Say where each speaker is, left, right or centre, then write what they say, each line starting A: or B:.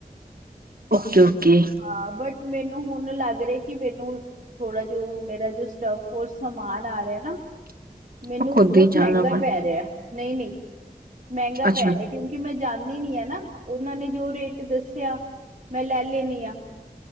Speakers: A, on the right; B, on the right.
A: ਓਕੇ ਓਕੇ
B: ਹਾਂ ਬਟ ਮੈਨੂੰ ਹੁਣ ਲੱਗ ਰਿਹਾ ਕਿ ਮੈਨੂੰ ਥੋੜਾ ਜੋ ਮੇਰਾ ਜੋ ਸਟਫਰ ਸਮਾਨ ਆ ਰਿਹਾ ਨਾ
A: <unintelligible>
B: ਮੈਨੂੰ
A: ਖੁਦ
B: ਬਹੁਤ
A: ਹੀ ਜਾਣਾ
B: ਮਹਿੰਗਾ
A: ਵਾ
B: ਪੈ ਰਿਹਾ, ਨਹੀਂ-ਨਹੀਂ, ਮਹਿੰਗਾ
A: ਅੱਛਾ।
B: ਪੈ ਰਿਹਾ ਕਿਉਂਕਿ ਮੈਂ ਜਾ ਦੀ ਨੀ ਆ ਨਾ ਉਹਨਾਂ ਨੇ ਜੋ ਰੇਟ ਦੱਸਿਆ, ਮੈਂ ਲੈ ਲੈਨੀ ਆ।